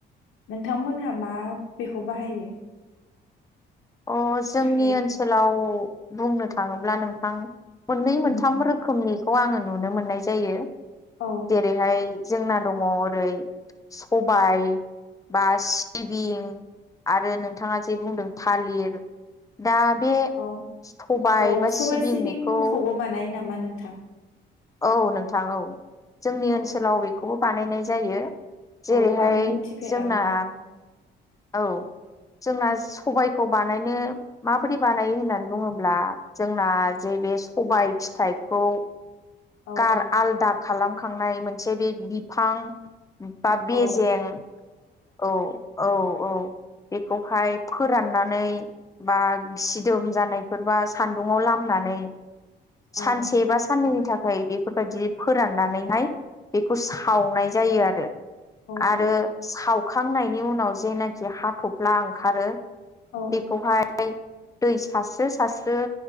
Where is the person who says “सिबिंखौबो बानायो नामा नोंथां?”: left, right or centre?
Left